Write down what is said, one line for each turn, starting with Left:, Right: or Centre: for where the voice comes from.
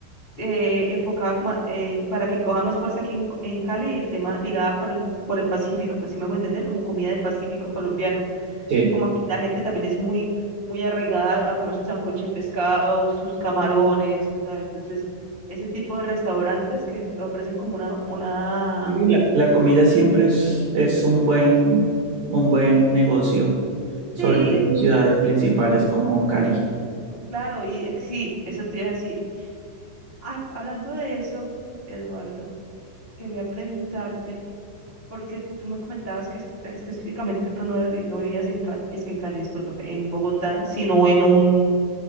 Left: eh, enfocada ma- eh, para que coja más fuerza aquí en, en Cali el tema ligada por el, por el Pacífico, si me hago entender, como comida del Pacífico colombiano.
Right: Sí.
Left: Como aquí la gente también es muy, muy arraigada a comer su sancocho de pescado, sus camarones, o sea, entonces ese tipo de restaurantes que ofrecen como una, una...
Right: Sí, La, la comida siempre es, es un buen, un buen negocio, sobre
Left: Sí,
Right: todo en ciudades principales como Cali.
Left: claro, y eh, sí, eso te iba a decir. Ah, hablando de eso, Eduardo, quería preguntarte. Porque tú me comentabas que es- eh, específicamente pues no, habías vi- no vivías en Cali, es que en Cali, discúlpame, en Bogotá, sino en un